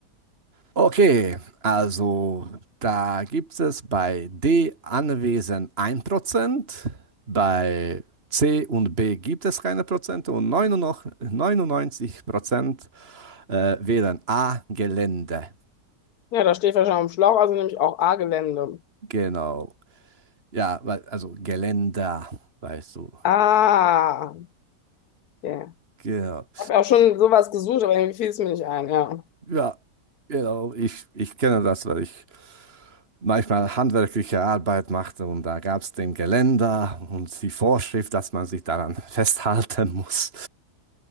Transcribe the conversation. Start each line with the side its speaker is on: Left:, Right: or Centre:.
Right: Okay, also da gibt es bei D anwesend ein Prozent, bei C und B gibt es keine Prozente und 99% äh, wählen A Gelände.
Left: Ja, da steht wahrscheinlich am Schlauch, also nehme ich auch A-Gelände.
Right: Genau. Ja, weil- also Geländer, weißt du.
Left: Ah, okay.
Right: Genau.
Left: Ich habe auch schon sowas gesucht, aber irgendwie fiel es mir nicht ein, ja.
Right: Ja, genau. Ich, ich kenne das, weil ich manchmal handwerkliche Arbeit machte und da gab es den Geländer und die Vorschrift, dass man sich daran <laughs> festhalten muss.